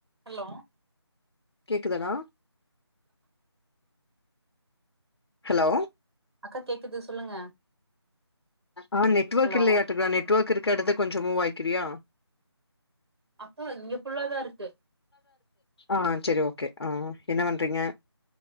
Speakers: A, on the right; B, on the left.
A: Hello
B: கேக்குதாடா hello
A: அக்கா கேக்குது சொல்லுங்க
B: ஆ நெட்
A: ஹலோ
B: இல்லயாட் இருக்குது நெட்ர் ஒர்க் இருக்க இடத்துக் கொஞ்சோ மூவ் ஆய்க்றியா
A: அக்கா இங்க ஃபுல்லாதா இருக்கு
B: ஆ செரி ஓகே ஆ என்ன பண்றீங்க